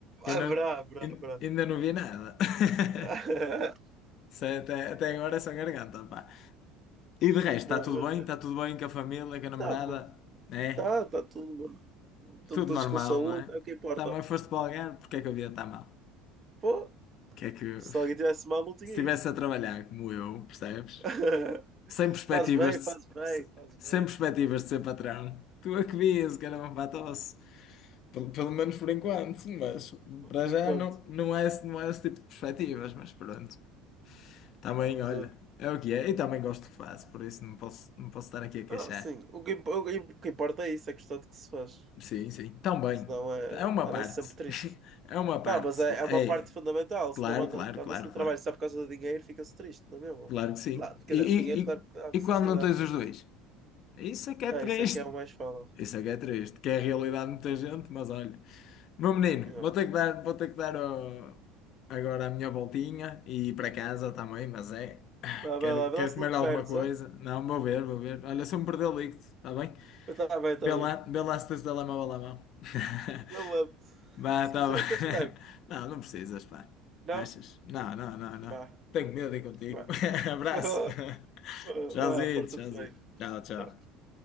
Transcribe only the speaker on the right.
Haverá,
haverá,
haverá.
<laughs>
Não,
mas.
Tá, mano.
Tá, tá todo mundo. Estão
todos
com saúde,
é o que importa.
Pô,
se alguém tivesse mal, não tinha
ido.
<laughs>
Faz bem,
faz bem,
faz bem.
Por
enquanto.
Exato.
Ah, sim. O que, imp- o que o que importa é isso, é gostar do que se faz.
Senão é,
anda-se
sempre triste.
Não, mas é,
é uma parte fundamental.
Se não anda-
anda-se
no trabalho
só por causa do dinheiro, fica-se triste, não é mesmo?
Não, quer
dizer,
o dinheiro,
claro que dá
felicidade,
né?
Ah,
isso é que é o mais fala.
Yeah.
Vai,
vai lá, vai
lá se
não te
perdes,
ó. Tá
bem estava
bem
Eu levo.
Se
quiser,
queres que te leve?
Não?
Vá,
vá.
<laughs>
Vá,
porta-te
bem.
Tá